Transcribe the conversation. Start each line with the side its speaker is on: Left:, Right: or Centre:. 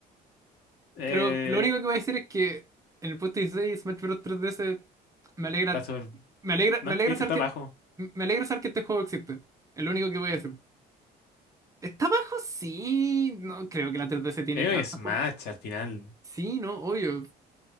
Left: Eh,
Right: Pero lo único que voy a decir es que en el puesto 16 Smash Bros. 3DS me alegra,
Left: está sobre.
Right: me alegra,
Left: No,
Right: me alegra
Left: tiene que
Right: saber
Left: estar
Right: que,
Left: abajo.
Right: me alegra saber que este juego existe. Es lo único que voy a decir. ¿Está bajo? Sí, no creo que la 3DS tiene
Left: Es
Right: tantos
Left: un Smash
Right: juegos.
Left: al final.
Right: Sí, no, obvio.